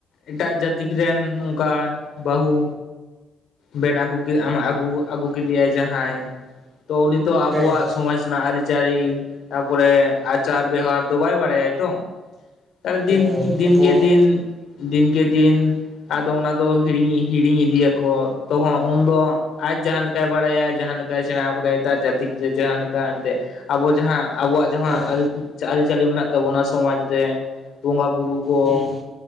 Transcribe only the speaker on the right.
ᱦᱮᱸ ᱦᱮᱸ
ᱦᱮᱸ
ᱟᱵᱚ
ᱦᱮᱸ
ᱦᱩᱸ